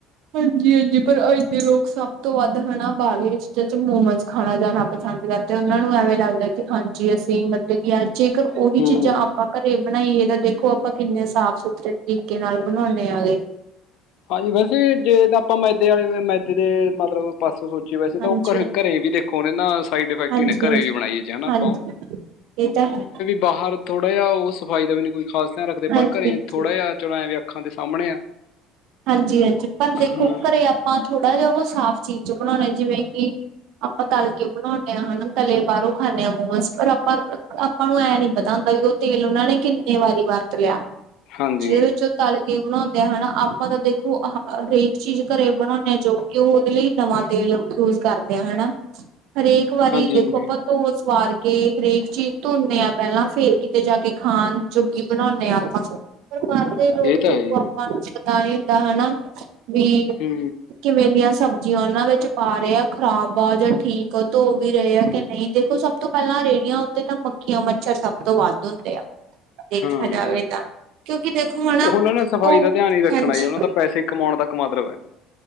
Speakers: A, on the right; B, on the left.
A: ਹਾਂਜੀ ਹਾਂਜੀ ਪਰ ਅੱਜ ਦੇ ਲੋਕ ਸਭ ਤੋਂ ਵੱਧ ਹਨਾ ਬਾਹਰਲੇ ਚੀਜ਼ਾਂ ਚ ਮੋਮਸ ਖਾਣਾ ਜਾਣਾ ਪਸੰਦ ਕਰਦੇ ਤੇ ਉਹਨਾਂ ਨੂੰ ਐਵੇਂ ਲੱਗਦਾ ਕਿ ਹਾਂਜੀ ਅਸੀਂ ਮਤਲਬ ਕਿ ਜੇਕਰ ਉਹੀ
B: ਹੂੰ
A: ਚੀਜ਼ਾਂ ਆਪਾਂ ਘਰੇ ਬਣਾਈਏ ਤਾਂ ਦੇਖੋ ਆਪਾਂ ਕਿੰਨੇ ਸਾਫ਼ ਸੁਥਰੇ ਤਰੀਕੇ ਨਾਲ ਬਣਾਉਂਦੇ ਹੈਗੇ
B: ਹਾਂਜੀ ਵੈਸੇ ਜੇ ਤਾਂ ਆਪਾਂ ਮੈਦੇ ਵਾਲੇ ਮੈਦੇ ਦੇ ਮਤਲਬ ਪਾਸ ਸੋਚੀ ਵੈਸੇ ਤਾਂ
A: ਹਾਂਜੀ
B: ਉਹ ਘਰੇ ਵੀ ਦੇਖੋ ਨਾ ਸਾਈਡ ਇਫੈਕਟ
A: ਹਾਂਜੀ
B: ਹੀ ਘਰੇ
A: ਹਾਂਜੀ
B: ਵੀ ਬਣਾਈਏ ਜੇ ਆਪਾਂ
A: ਹਾਂਜੀ
B: ਉਹ
A: ਇਹ ਤਾਂ ਹੈ
B: ਬਾਹਰ ਥੋੜਾ ਜਿਹਾ ਉਹ ਸਫ਼ਾਈ ਦਾ ਵੀ ਕੋਈ ਖਾਸ ਧਿਆਨ ਰੱਖਦੇ
A: ਹਾਂਜੀ
B: ਪਰ ਘਰੇ
A: ਹਾਂਜੀ
B: ਥੋੜਾ ਜਿਹਾ ਚਲੋ ਐ ਅੱਖਾਂ ਦੇ ਸਾਹਮਣੇ ਆ
A: ਹਾਂਜੀ ਹਾਂਜੀ ਪਰ ਦੇਖੋ
B: ਹੂੰ
A: ਘਰੇ ਆਪ ਆਪਾਂ ਥੋੜਾ ਜਿਹਾ ਉਹ ਸਾਫ਼ ਚੀਜ਼ ਚ ਬਣਾਉਣੇ ਜਿਵੇਂ ਕਿ ਆਪਾਂ ਤਲ ਕੇ ਬਣਾਉਣੇ ਆ ਹਨਾ ਤਲੇ ਬਾਹਰੋਂ ਖਾਂਦੇ ਹਾਂ ਮੋਮਸ ਪਰ ਆਪਾਂ ਆਪਾਂ ਨੂੰ ਐਂ ਨੀ ਪਤਾ ਹੁੰਦਾ ਵੀ ਉਹ ਤੇਲ ਉਹਨਾਂ ਨੇ ਕਿੰਨੇ ਵਾਰੀ ਵਰਤ ਲਿਆ
B: ਹਾਂਜੀ
A: ਜਿਹਦੇ ਵਿੱਚ ਤਲ ਕੇ ਬਣਾਉਂਦੇ ਹਨਾ ਆਪ ਆਪਾਂ ਤਾਂ ਦੇਖੋ ਹਰੇਕ ਚੀਜ਼ ਘਰੇ ਬਣਾਉਂਦੇ ਆ ਜੋ ਕਿ ਉਹ ਉਹਦੇ ਲਈ ਨਵਾਂ ਤੇਲ ਯੂਜ ਕਰਦੇ ਆ ਹਨਾ ਹਰੇਕ ਵਾਰੀ
B: ਹਾਂਜੀ
A: ਦੇਖੋ
B: ਹਾਂਜੀ
A: ਆਪਾ ਧੋ ਸਵਾਰ ਕੇ ਹਰੇਕ ਚੀਜ਼ ਧੋਦੇ ਹਾਂ ਪਹਿਲਾਂ ਫੇਰ ਕਿਤੇ ਜਾ ਕੇ ਖਾਣ ਜੋਗੀ ਬਣਾਉਂਦੇ ਹਾਂ ਆਪਾਂ। ਪਰਿਵਾਰ ਦੇ ਲੋਕ
B: ਇਹ ਤਾਂ
A: ਦੇਖੋ
B: ਹੈ ਜੀ
A: ਆਪਾਂ ਨੂੰ ਪਤਾ ਨੀ ਹੁੰਦਾ ਹਨਾ ਵੀ।
B: ਹੂੰ।
A: ਕਿਵੇਂ ਦੀਆਂ ਸਬਜ਼ੀਆਂ ਉਹਨਾਂ ਵਿੱਚ ਪਾ ਰਹੇ ਆ, ਖ਼ਰਾਬ ਆ ਜਾਂ ਠੀਕ ਆ ਧੋ ਵੀ ਰਹੇ ਆ ਕਿ ਨਹੀਂ ਦੇਖੋ। ਸਭ ਤੋਂ ਪਹਿਲਾਂ ਰੇੜੀਆਂ ਉੱਤੇ ਤਾਂ ਮੱਖੀਆਂ, ਮੱਛਰ ਸਭ ਤੋਂ ਵੱਧ ਹੁੰਦੇ ਆ। ਦੇਖਿਆ
B: ਹਾਂ
A: ਜਾਵੇ ਤਾਂ ਕਿਉਂਕਿ ਦੇਖੋ ਹਨਾ
B: ਉਹਨਾਂ ਨੇ ਸਫਾਈ
A: ਉਹ।
B: ਦਾ ਧਿਆਨ ਹੀ ਰੱਖਣਾ
A: ਹਾਂਜੀ
B: ਜੀ ਉਹਨਾਂ ਦਾ ਪੈਸੇ ਕਮਾਉਣ ਤੱਕ ਮਤਲਬ ਹੈ।